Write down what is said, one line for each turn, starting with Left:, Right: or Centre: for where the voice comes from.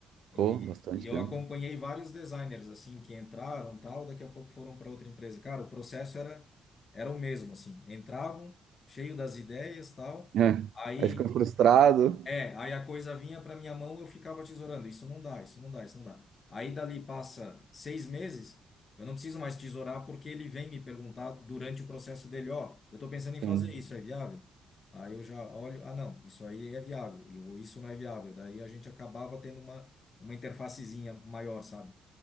Right: Pô,
Left: E,
Right: bastante
Left: e eu
Right: tempo.
Left: acompanhei vários designers assim que entraram, tal, daqui a pouco foram para outra empresa. Cara, o processo era era o mesmo assim. Entravam cheio das ideias, tal.
Right: <laughs> É,
Left: Aí
Right: Aí fica frustrado.
Left: é, aí a coisa vinha para minha mão, eu ficava tesourando. Isso não dá, isso não dá, isso não dá. Aí dali passa seis meses, eu não preciso mais tesourar porque ele vem me perguntar durante o processo dele, ó, eu estou pensando em
Right: Sim.
Left: fazer isso, é viável? Aí eu já olho, ah não, isso aí é viável, e- ou isso não é viável. Daí a gente acabava tendo uma, uma interfacezinha maior, sabe?